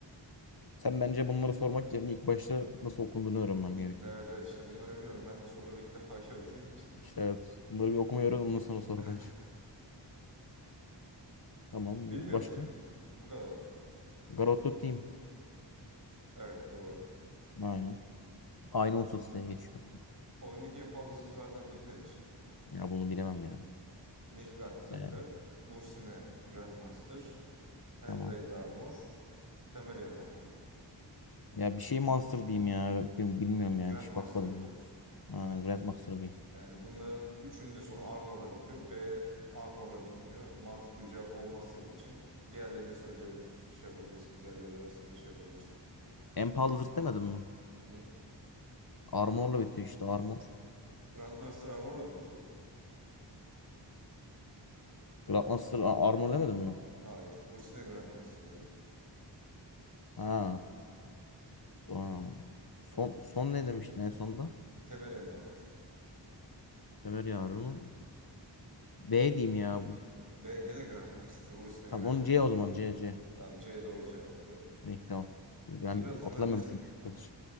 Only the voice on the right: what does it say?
Evet evet işte bunları bilmiyorum. Ben de soruları ilk defa <laughs> gördüğüm için.
<laughs>
Bilmiyor
musun? Bu kadar.
Evet doğru.
Oyundaki en pahalı zırhlardan biri nedir?
Nilfgaard zırhı,
Bursine Grandmaster, Hendate
Armor, Temerian Armor.
Grandmaster
mı diyorsun?
Yani bunların üçünün de sonu Armor'la bitiyor. B Armor'la bitmiyor. Mantıklı bir cevap olmaz senin için. Diğerlerini söyle şey yapabilirsin. Diğerleri arasında şey yapabilirsin.
Hı hı.
Grandmaster Armor'la mı bitiyor?
Hayır. Ursine Grandmaster dedim.
Temerian Armor.
B gene Grandmaster. Ursine
Grandmaster.
Tamam C doğru cevaptı.
Geralt'ın
annesinin